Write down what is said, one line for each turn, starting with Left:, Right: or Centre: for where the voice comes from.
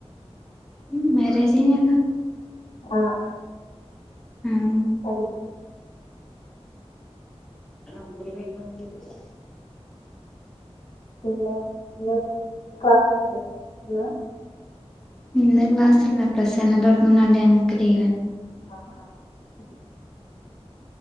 Centre: ഉം മേരേജ് കഴിഞ്ഞതാ
Left: ആ ആ
Centre: ആഹ്
Left: <inaudible>
Centre: ഒരു ഒമ്പത് <unintelligible> ണ്ടിവരൂലേ
Left: <unintelligible> ല്ല
Centre: ഇന്ന് ക്ലാസ് ല്ല പ്ലസ് വൺ തുടങ്ങുന്നോണ്ട് ഞൾക്ക് ലീവാണ്
Left: ആഹ് ആഹ് എഹ്